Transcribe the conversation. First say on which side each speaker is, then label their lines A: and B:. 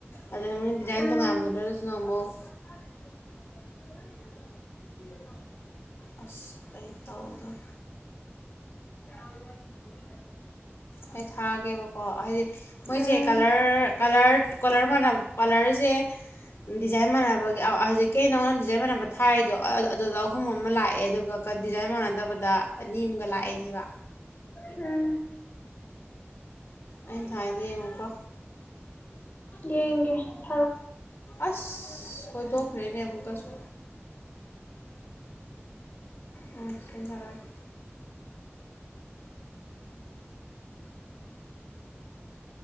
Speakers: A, on the left (about 70°); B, on the left (about 45°).
A: ꯑꯗ ꯃꯣꯢ ꯗꯤꯖꯥꯏꯟ
B: ꯎꯝ
A: ꯇꯣꯉꯥꯥꯟꯕꯗꯨꯗꯁꯨ ꯑꯃꯨꯛ
B: <inaudible> <inaudible>
A: ꯑꯁ ꯑꯩ ꯇꯧꯔꯗꯣꯢ
B: <inaudible>
A: ꯑꯩ ꯊꯥꯔꯒꯦꯕꯀꯣ ꯍꯥꯏꯗꯤ ꯃꯣꯏꯁꯦ
B: ꯎꯝ
A: ꯀꯂꯔ ꯀꯂꯔ ꯀꯂꯔ ꯃꯥꯟꯅꯕ ꯀꯂꯔꯁꯦ ꯗꯤꯖꯥꯏꯟ ꯃꯥꯟꯅꯕꯒꯤ ꯑ ꯍꯧꯖꯤꯛꯀꯤ ꯅꯪꯉꯣꯟꯅ ꯗꯤꯖꯥꯏꯟ ꯃꯥꯟꯅꯕ ꯊꯥꯔꯤꯗꯣ ꯑꯗꯨꯗ ꯑꯍꯨꯝ ꯑꯃ ꯂꯥꯛꯑꯦ ꯑꯗꯨꯒ ꯗꯤꯖꯥꯏꯟ ꯃꯥꯟꯅꯗꯕꯗ ꯑꯅꯤ ꯑꯃꯒ ꯂꯥꯛꯑꯦꯅꯦꯕ
B: ꯍꯝ
A: ꯑꯩꯅ ꯊꯥꯏꯗꯣ ꯌꯦꯡꯉꯨꯀꯣ
B: ꯌꯦꯡꯒꯦ ꯊꯔꯛꯑꯣ
A: ꯑꯁ ꯍꯣꯏꯗꯣꯛꯈ꯭ꯔꯦꯅꯦ ꯑꯃꯨꯛꯀꯁꯨ ꯑꯝ ꯑꯩ ꯊꯥꯔꯛꯑꯒꯦ